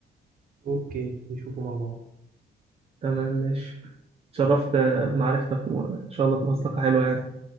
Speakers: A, on the right (about 45°); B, on the right (about 30°).
A: أوكي نشوفه مع بعض
B: تمام ماشي اتشرفت آه، بمعرفتك وان شاء الله تبقى صداقه حلوه يعني